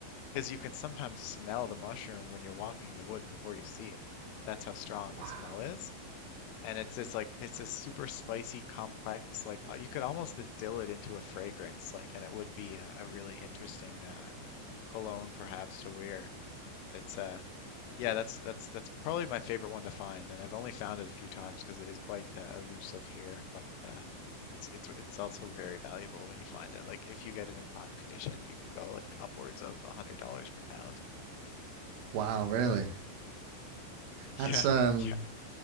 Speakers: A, on the left; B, on the right.
A: because you can sometimes smell the mushroom when you're walking in the woods before you see it. That's how strong
B: wow.
A: the smell is. And it's this like it's this super spicy, complex like uh, you could almost distill it into a fragrance like, and it would be a, a really interesting uh, Cologne perhaps to Weir. But it's uh yeah, that's that's that's probably my favorite one to find, and I've only found it a few times because it is quite uh, elusive here. But uh, it's it's it's also very valuable when you find it. Like if you get it in prime condition, you can go like upwards of a hundred dollars per pound. <laughs>
B: Wow, really?
A: Yeah,
B: That's um
A: yeah.